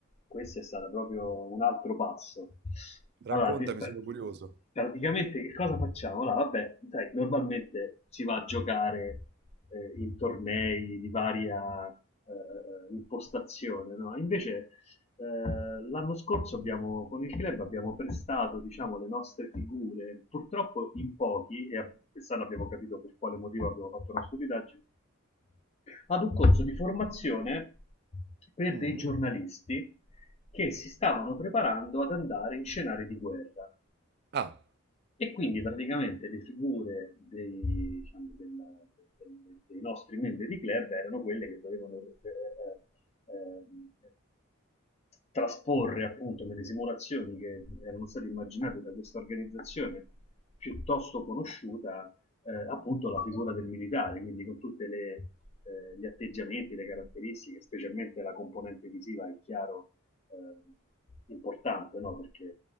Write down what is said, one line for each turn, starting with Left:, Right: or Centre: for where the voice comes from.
Left: questo è stato proprio un altro passo.
Right: raccontami,
Left: Allora, ti- beh,
Right: sono curioso.
Left: praticamente che cosa facciamo? Allora, vabbè, sai, normalmente si va a giocare eh, in tornei di varia eh, impostazione, no? Invece eh, l'anno scorso abbiamo, con il club abbiamo prestato diciamo, le nostre figure, purtroppo in pochi, e a- quest'anno abbiamo capito per quale motivo abbiamo fatto una stupidaggine, ad un corso di formazione per
Right: Mhm.
Left: dei giornalisti che si stavano preparando ad andare in scenari di guerra.
Right: Ah,
Left: E quindi praticamente le figure dei, diciamo, del- del- dei nostri membri di club erano quelle che dovevano eh, ehm, trasporre appunto nelle simulazioni che erano state immaginate da questa organizzazione piuttosto conosciuta eh, appunto la figura del militare, quindi con tutti eh, gli atteggiamenti, le caratteristiche, specialmente la componente visiva è chiaro eh, importante, no? perché